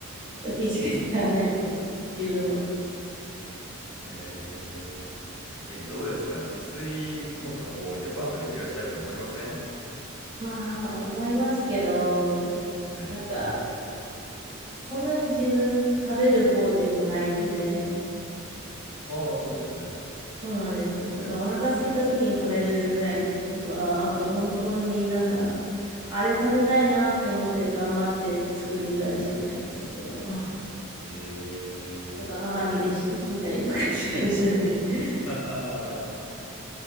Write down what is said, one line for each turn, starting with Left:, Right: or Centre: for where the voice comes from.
Right: 時しか使わないんで、自分は。
Left: えー、え、どうですか自炊、もっとこう、レパートリー増やしたいと思いません
Right: まあ思いますけど、
Left: はい。
Right: なんかそんなに自分食べる方でもないので、
Left: ああそうなんですね。
Right: そうなんですよ。だからお腹空いた時に食べるぐらいとか、あと本当になんか、あれ食べたいなって思って頑張って作るぐらいしかないですけど、<laughs>
Left: えー、
Right: とか母にレシピ聞いたりとかっていう感じなんで。
Left: いや、はい。
Right: <laughs>
Left: <laughs>